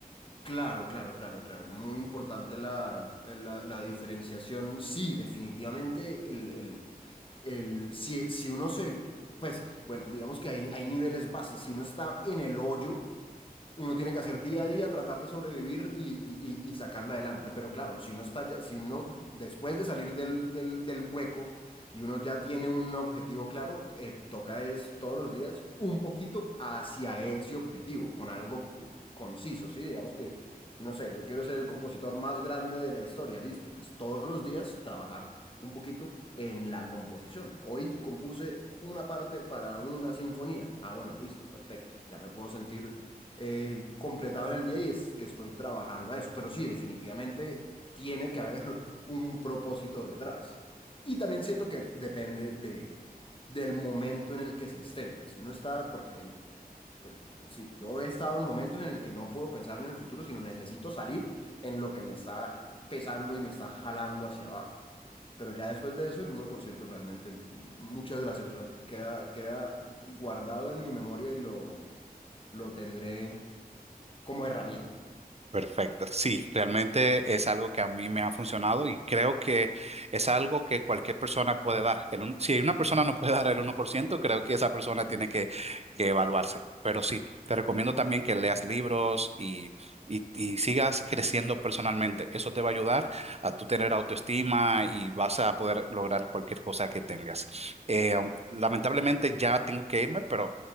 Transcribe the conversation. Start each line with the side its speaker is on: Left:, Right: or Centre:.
Left: claro, claro, claro, claro. Muy importante la, la, la diferenciación. Sí, definitivamente el, el, el- si, si uno se, pues, bueno, digamos que hay, hay niveles bases. Si uno está en el hoyo, uno tiene que hacer día a día, tratar de sobrevivir y, y- y- y sacarla adelante. Pero claro, si uno está ya- si uno después de salir del, del- del hueco y uno ya tiene un objetivo claro, eh, toca es todos los días un poquito hacia ese objetivo, con algo conciso, ¿sí? Digamos que, no sé, yo quiero ser el compositor más grande de la historia, listo, pues todos los días trabajar un poquito en la composición. Hoy compuse una parte para una sinfonía. Ah, bueno, listo, perfecto. Ya me puedo sentir eh, completado en el día y es que estoy trabajando a eso. Pero sí, definitivamente tiene que haber <laughs> un propósito detrás. Y también siento que depende de, del momento en el que se esté. Si uno está, porque hay, pues, sí, yo he estado en momentos en el que no puedo pensar en el futuro, sino necesito salir en lo que me está pesando y me está jalando hacia abajo. Pero ya después de eso, el uno por ciento realmente, m- muchas gracias, real- queda, queda guardado en mi memoria y lo, lo tendré como herramienta.
Right: Perfecto. Sí, realmente es algo que a mí me ha funcionado y creo que es algo que cualquier persona puede dar. El un- si una persona no puede <laughs> dar el uno por ciento, creo que esa persona tiene que, que evaluarse. Pero sí, te recomiendo también que leas libros y, y, y sigas creciendo personalmente. Eso te va a ayudar a tú tener autoestima y vas a poder lograr cualquier cosa que tengas. Eh, um, lamentablemente ya tengo que irme, pero